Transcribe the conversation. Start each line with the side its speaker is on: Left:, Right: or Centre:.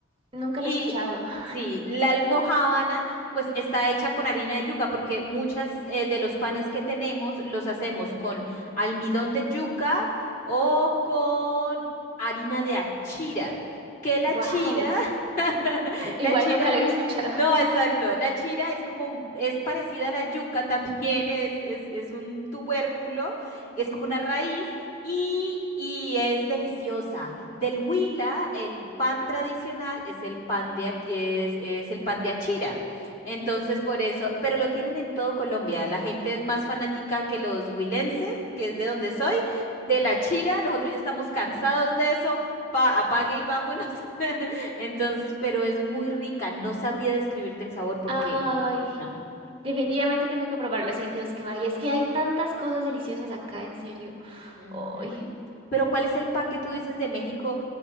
Right: Nunca
Left: Y
Right: lo he escuchado. <laughs>
Left: sí, la almojábana pues está hecha con harina de yuca porque muchas eh, de los panes que tenemos los hacemos con almidón de yuca o con harina de achira, que la
Right: Wow,
Left: chira, <laughs>
Right: Igual
Left: la chira,
Right: nunca lo había escuchado.
Left: no, exacto,
Right: <laughs>
Left: la chira es como, es parecida a la yuca <laughs> también, es, es, es un tubérculo, y es como una raíz y, y es deliciosa. Del Huila, el pan tradicional es el pan de, ach- es, es el pan de achira. Entonces, por eso, pero lo tienen en todo Colombia. La gente es más fanática que los huilenses, que es de donde soy, de la chira. Nosotros ya estamos cansados de eso. Pa, apague y vámonos. <laughs> Entonces, pero es muy rica. No sabría describirte el sabor porque
Right: Ay,
Left: no.
Right: definitivamente tengo que probarlo la siguiente vez que vaya, es que hay tantas cosas deliciosas acá, en serio.
Left: Ujú.
Right: Ay.
Left: Pero ¿cuál es el pan que tú dices de México?